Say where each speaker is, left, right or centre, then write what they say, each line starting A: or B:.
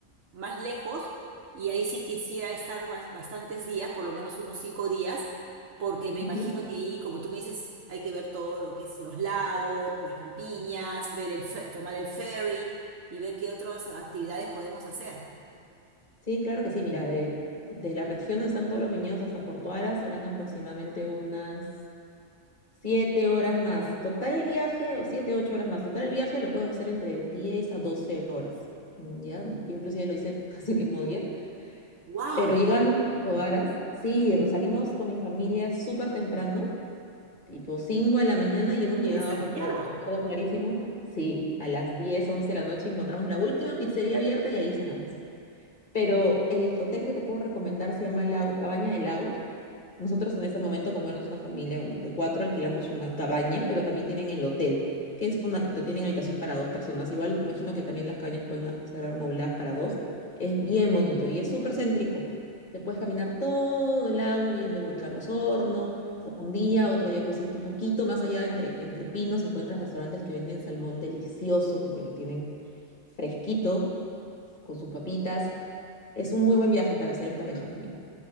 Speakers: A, on the right; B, on the left.
A: más lejos y ahí sí quisiera estar bas- bastantes días, por lo menos unos cinco días, porque me
B: Ujú.
A: imagino que ahí, como tú me dices, hay que ver todo lo que es los lagos, las campiñas, ver el, fe- tomar el ferry y ver qué otras actividades podemos hacer.
B: Sí, claro que sí. Mira, de, de la región donde están todos los viñedos hasta Porto Ara serán aproximadamente unas siete horas más. Total el viaje, o siete, ocho horas más. Total el viaje lo puedes hacer entre 10 a 12 horas. ¿Ya? Yo inclusive lo hice <laughs> casi el mismo día.
A: ¡Wow!
B: Pero llegando a Porto Aras, sí, nos salimos con mi familia súper temprano. Tipo 5 de la mañana y hemos llegado
A: ¿Desde Santiago?
B: a Porto Ara, me acuerdo clarísimo. Sí, a las 10 11 de la noche encontramos la última pizzería abierta y ahí cenamos. Pero el hotel que te puedo recomendar se llama La Cabaña del Lago. Nosotros en ese momento, como éramos una familia de cuatro, alquilamos una cabaña, pero también tienen el hotel, que es una, tienen habitación para dos personas. Igual, me imagino que también las cabañas pueden a- ser amobladas para dos. Es bien bonito y es súper céntrico. Te puedes caminar todo el lago viendo el volcán Osorno. Un día, otro día puedes irte un poquito más allá, entre, entre pinos, encuentras restaurantes que venden salmón delicioso porque lo tienen fresquito, con sus papitas. Es un muy buen viaje para hacer en pareja también.